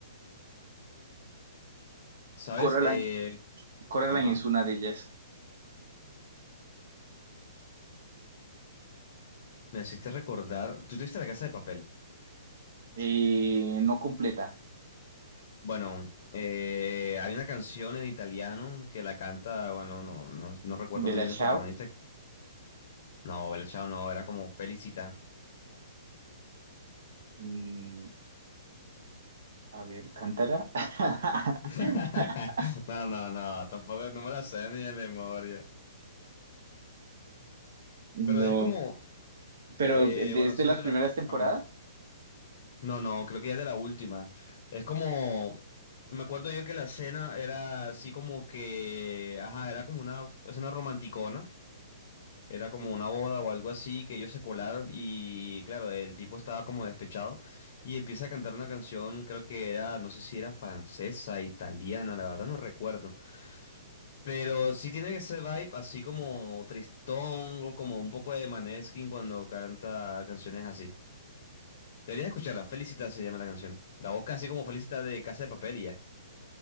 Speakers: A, on the left; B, on the right.
A: ¿Sabes?
B: Coraline,
A: Eh,
B: Coraline
A: ajá.
B: es una de ellas.
A: Me hiciste recordar. Tú tuviste La Casa de Papel.
B: Eh, no completa.
A: Bueno, eh, hay una canción en italiano que la canta. Bueno, no, no, no recuerdo
B: Bella
A: muy bien
B: Ciao.
A: el protagonista. No, Bella Ciao no, era como Felicita.
B: Mm, a ver, Cántara. <laughs>
A: <laughs> No, no, no, tampoco no me la sé ni de memoria.
B: No,
A: Pero es como.
B: pero
A: eh,
B: desde
A: bueno, si
B: las
A: no te
B: primeras
A: la.
B: temporadas.
A: Ajá. No, no, creo que ya es de la última. Es como, me acuerdo yo que la escena era así como que, ajá, era como una escena romanticona, era como una boda o algo así, que ellos se colaron y claro, el tipo estaba como despechado y empieza a cantar una canción, creo que era, no sé si era francesa, italiana, la verdad no recuerdo, pero sí tiene ese vibe así como tristón o como un poco de Maneskin cuando canta canciones así. Deberías escucharla. Felicita se llama la canción. La buscas así como Felicita de Casa de Papel y ya.